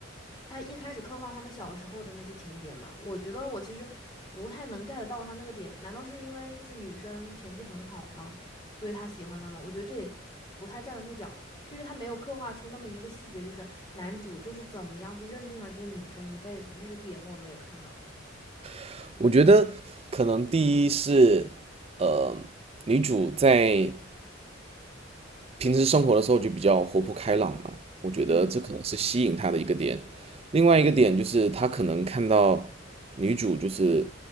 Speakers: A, on the left; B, on the right.
A: 他他一开始刻画他们小时候的那些情节嘛，我觉得我其实不太能 get 到他那个点。难道是因为就是女生成绩很好吗？所以他喜欢她吗？我觉得这也不太站得住脚。就是他没有刻画出那么一个细节，就是男主就是怎么样就认定了这个女生一辈子那个点，我没有看到。
B: <laughs> 我觉得可能第一是，呃，女主在平时生活的时候就比较活泼开朗嘛，我觉得这可能是吸引他的一个点。
A: 嗯
B: 另外一个点就是他可能看到女主就是